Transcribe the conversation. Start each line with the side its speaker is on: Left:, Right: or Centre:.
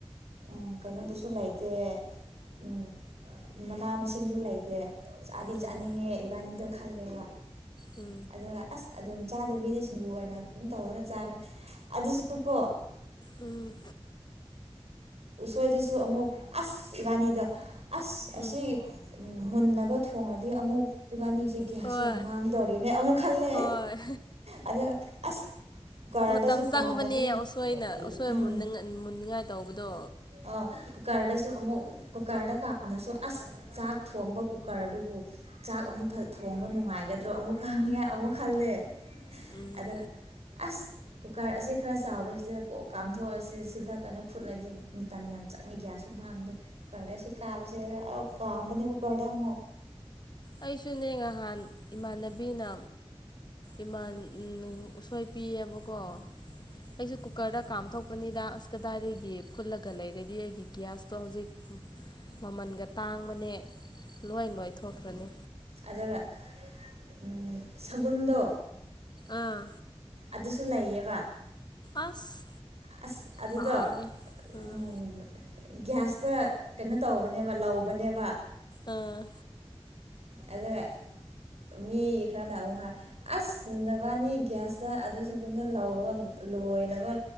Right: ꯎꯝ ꯀꯩꯅꯣꯗꯨꯁꯨ ꯂꯩꯇꯦ ꯎꯝ ꯃꯅꯥ ꯃꯁꯤꯡꯖꯨ ꯂꯩꯇꯦ ꯆꯥꯗꯤ
Left: ꯎꯝ
Right: ꯆꯥꯅꯤꯡꯉꯦ ꯏꯕꯥꯅꯤꯗꯣ ꯈꯜꯂꯦꯕ
Left: ꯎꯝ
Right: ꯑꯗꯨꯒ ꯑꯁ ꯑꯗꯨꯝ ꯆꯥꯗꯕꯤꯗ ꯁꯤꯡꯖꯨ ꯑꯣꯏꯅ ꯑꯗꯨꯝ ꯇꯧꯔꯒ ꯆꯥꯔꯦ ꯑꯗꯨꯁꯨ ꯀꯣ
Left: ꯎꯝ
Right: ꯎꯁꯣꯏꯗꯁꯨ ꯑꯃꯨꯛ ꯑꯁ ꯏꯕꯥꯅꯤꯗꯣ ꯑꯁ ꯑꯁꯤꯒꯤ
Left: ꯎꯝ
Right: ꯃꯨꯟꯅꯕ ꯊꯣꯡꯔꯗꯤ ꯑꯃꯨꯛ ꯏꯕꯥꯟꯅꯤꯁꯦ ꯒ꯭ꯌꯥꯁꯁꯤ
Left: ꯍꯣꯏ
Right: ꯌꯥꯝ ꯃꯥꯡꯒꯗꯧꯔꯤꯅꯦ ꯑꯃꯨꯛ ꯈꯜꯂꯦ
Left: ꯍꯣꯏ
Right: ꯑꯗꯨ ꯑꯁ ꯀꯨꯀꯔꯗꯁꯨ
Left: ꯃꯇꯝ ꯆꯪꯕꯅꯦ
Right: ꯀꯥꯝꯃꯗꯤ
Left: ꯎꯁꯣꯏꯅ ꯎꯁꯣꯏ
Right: ꯎꯝ
Left: ꯃꯨꯟꯅꯥꯉꯥ ꯃꯨꯟꯅꯤꯡꯉꯥꯏ ꯇꯧꯕꯗꯣ
Right: ꯑꯣ ꯀꯨꯀꯥꯔꯗꯁꯨ ꯑꯃꯛ ꯀꯨꯀꯔꯗ ꯀꯥꯝꯃꯥꯁꯨ ꯑꯁ ꯆꯥꯛ ꯊꯣꯡꯕ ꯀꯨꯀꯔ ꯗꯨꯕꯨ ꯆꯥꯛ ꯑꯃꯨꯛ ꯊꯣꯡꯕ ꯅꯨꯡꯉꯥꯏꯒꯗ꯭ꯔꯣ ꯑꯃꯨꯛ ꯀꯝꯅꯤꯡꯉꯥꯏ ꯑꯃꯨꯛ ꯈꯜꯂꯦ
Left: ꯎꯝ
Right: ꯑꯗꯨꯒ ꯑꯁ ꯀꯨꯀꯔ ꯑꯁꯤ ꯈꯔ ꯆꯥꯎꯕꯁꯤꯗ ꯀꯣꯛ ꯀꯥꯝꯊꯣꯛꯑꯁꯦ ꯁꯤꯗ ꯀꯩꯅꯣ ꯐꯨꯠꯂꯗꯤ ꯃꯇꯝ ꯌꯥꯝ ꯆꯪꯉꯤ ꯒ꯭ꯌꯥꯁꯁꯨ ꯃꯥꯡꯉꯥꯅꯤ ꯀꯨꯀꯔꯗ ꯑꯁꯤ ꯀꯥꯝꯕꯁꯤ ꯑꯥ ꯀꯥꯝꯕꯅꯦ ꯀꯨꯀꯔꯗ ꯑꯃꯨꯛ
Left: ꯑꯩꯁꯨꯅꯦ ꯉꯍꯥꯟ ꯏꯃꯥꯟꯅꯕꯤꯅ ꯏꯃꯥꯟ ꯎꯝ ꯎꯁꯣꯏ ꯄꯤꯌꯦꯕꯀꯣ ꯑꯩꯁꯨ ꯀꯨꯀꯔꯗ ꯀꯥꯝꯊꯣꯛꯄꯅꯤꯗ ꯑꯁ ꯀꯗꯥꯏꯗꯒꯤ ꯐꯨꯜꯂꯒ ꯂꯩꯔꯗꯤ ꯑꯩꯒꯤ ꯒ꯭ꯌꯥꯁꯇꯣ ꯍꯧꯖꯤꯛ ꯃꯃꯟꯒ ꯇꯥꯡꯕꯅꯦ ꯂꯣꯏ ꯂꯣꯏꯊꯣꯛꯈ꯭ꯔꯅꯤ
Right: ꯑꯗꯨꯒ ꯎꯝ ꯁꯒꯨꯟꯗꯣ
Left: ꯑꯥ
Right: ꯑꯗꯨꯁꯨ ꯂꯩꯌꯦꯕ
Left: ꯑꯁ
Right: ꯑꯁ ꯑꯗꯨꯗꯣ
Left: ꯍꯥꯎꯔꯅꯤ ꯑꯥ
Right: ꯎꯝ ꯒ꯭ꯌꯥꯁꯇ ꯀꯩꯅꯣ ꯇꯧꯕꯅꯦꯕ ꯂꯧꯕꯅꯦꯕ
Left: ꯑꯥ
Right: ꯑꯗꯨꯒ ꯃꯤ ꯈꯔꯅ ꯑꯃꯨꯛ ꯍꯥꯏ ꯑꯁ ꯅꯕꯥꯟꯅꯤ ꯒ꯭ꯌꯥꯁ ꯇ ꯑꯗꯨ ꯁꯒꯨꯟꯗꯣ ꯂꯧꯕ ꯂꯣꯏꯅꯕ